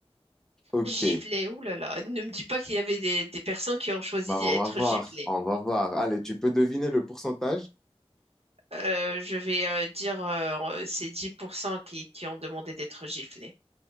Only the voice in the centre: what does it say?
Ok,
bah,
on va voir,
on va voir. Allez, tu peux deviner le pourcentage?